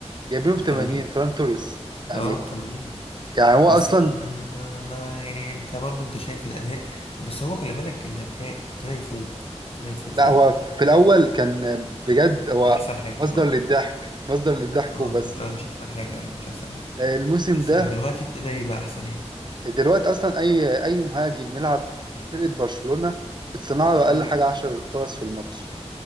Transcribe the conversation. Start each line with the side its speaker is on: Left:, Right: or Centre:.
Right: جايبينه ب 80
Left: 80
Right: فران توريس يعني
Left: اه 80
Right: يعني هو
Left: بس
Right: أصلا
Left: ما ما- يعني انت برضو انت شايف الاداء بس هو خلي بالك اللي فا- ابتدى يفوق ابتدى يفوق
Right: لا
Left: فعلا
Right: هو في الأول كان بجد هو
Left: مش احسن حاجه
Right: مصدر
Left: صح؟
Right: للضحك مصدر للضحك
Left: اه
Right: وبس
Left: مش لا، مش احسن حاجه ايوه مش احسن حاجه
Right: آه، الموسم
Left: بس
Right: ده
Left: دلوقتي ابتدى يبقى احسن يعني
Right: دلوقتي أصلا أي أي مهاجم يلعب في فرقة برشلونة بتصنع له
Left: مم.
Right: أقل حاجة 10 فرص في الماتش